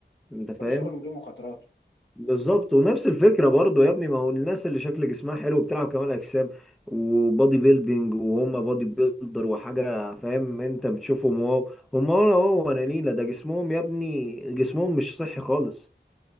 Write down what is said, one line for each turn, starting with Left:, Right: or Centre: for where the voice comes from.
Centre: انت فاهم
Left: كل شغل وله مخاطراته
Centre: بالظبط ونفس الفكرة برضو يا ابني ما هو الناس اللي شكل جسمها حلو بتلعب كمال اجسام وبادي بيلدينج وهم بادي بيلدر وحاجة فاهم انت بتشوفهم واو هم ولا واو ولا نيلة ده جسمهم يا ابني جسمهم مش صحي خالص